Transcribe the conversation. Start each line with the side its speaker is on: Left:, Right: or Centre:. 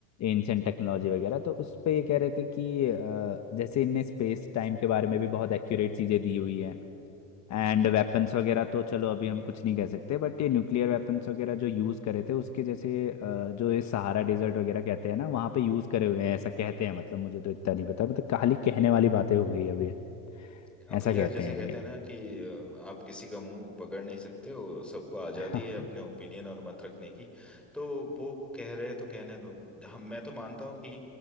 Left: एंशियंट टेक्नोलॉजी वगैरह तो उस पे ये कह रहे थे कि अ, जैसे इनने स्पेस टाइम के बारे में भी बहुत एक्यूरेट चीज़ें दी हुई हैं एंड वेपन्स वगैरह तो चलो अभी हम कुछ नहीं कह सकते बट ये न्यूक्लियर वेपन्स वगैरह जो यूज़ करे थे उसके जैसे अ, जो ये सहारा डेजर्ट वगैरह कहते हैं ना वहाँ पे यूज़ करे हुए हैं ऐसा कहते हैं मतलब मुझे तो इतना नहीं पता मतलब खाली कहने वाली बातें हो गई अभी
Centre: है अब
Left: ऐसा
Centre: भैया
Left: कहते
Centre: जैसे
Left: हैं
Centre: कहते
Left: ये
Centre: हैं ना कि अ, आप किसी का मुंह पकड़ नहीं सकते हो सबको आजादी
Left: <laughs>
Centre: है अपने ओपिनियन और मत रखने की तो वो कह रहे हैं तो कहने दो हम मैं तो मानता हूँ कि